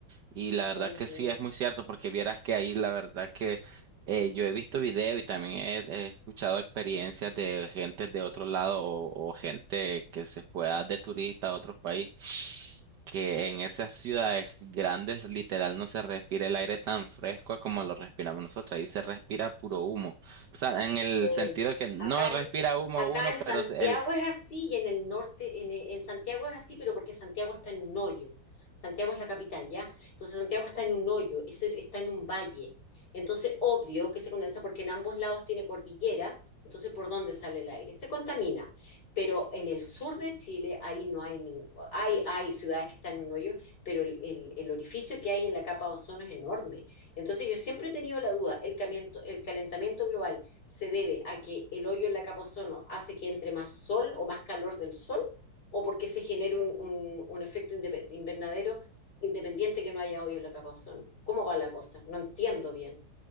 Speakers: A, on the right; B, on the left.
A: Y la verdad
B: Ay, Dios
A: que
B: mío.
A: sí es muy cierto, porque vieras que ahí la verdad que eh, yo he visto video y también he, he escuchado experiencias de gente de otro lado o, o gente que se fue a- de turista a otro país, que en esas ciudades grandes literal no se respira el aire tan fresco como lo respiramos nosotros, ahí se respira puro humo. O sea, en el
B: Sí.
A: sentido de que no
B: Acá en,
A: respira humo
B: acá
A: uno,
B: en
A: pero
B: Santiago
A: se- el...
B: es así y en el norte, en, en Santiago es así, pero porque Santiago está en un hoyo. Santiago es la capital, ¿ya? Entonces Santiago está en un hoyo, es- está en un valle. Entonces, obvio que se condensa porque en ambos lados tiene cordillera, entonces ¿por dónde sale el aire? Se contamina. Pero en el sur de Chile, ahí no hay ningún... Hay, hay ciudades que están en un hoyo, pero el, el- el orificio que hay en la capa de ozono es enorme. Entonces yo siempre he tenido la duda, el camiento- el calentamiento global se debe a que el hoyo en la capa ozono hace que entre más sol o más calor del sol o porque se genera un, un, un efecto invernadero independiente que no haya hoyo en la capa ozono. ¿Cómo va la cosa? No entiendo bien.